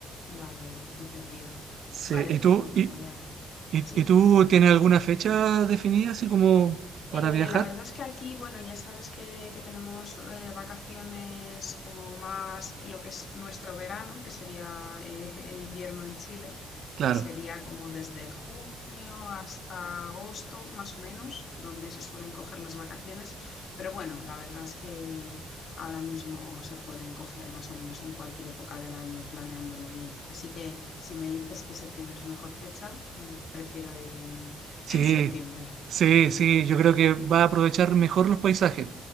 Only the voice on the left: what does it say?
Vale, vale, entendido.
Vale,
pues
me lo
voy a...
Sí,
Eh,
la verdad es que aquí, bueno, ya sabes que, que tenemos eh, vacaciones como más lo que es nuestro verano, que sería eh, <laughs> el invierno en Chile,
que sería como desde junio hasta agosto, más o menos, donde se suelen coger las vacaciones. Pero bueno, la verdad es que ahora mismo se pueden coger más o menos en cualquier época del año planeándolo bien. Así que si me dices que septiembre es mejor fecha, mm, prefiero ir en,
<laughs> en septiembre.
Sí.